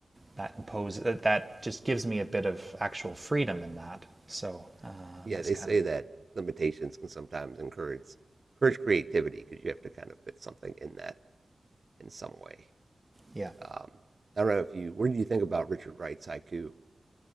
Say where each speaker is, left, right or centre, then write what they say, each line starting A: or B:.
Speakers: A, on the right; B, on the right.
A: that imposes that, that just gives me a bit of actual freedom in that. So uh,
B: Yeah.
A: that's
B: They
A: kind
B: say
A: of
B: that limitations can sometimes encourage encourage creativity because you have to kind of fit something in that in some way.
A: yeah.
B: Um, I don't know if you. What do you think about Richard Wright's haiku?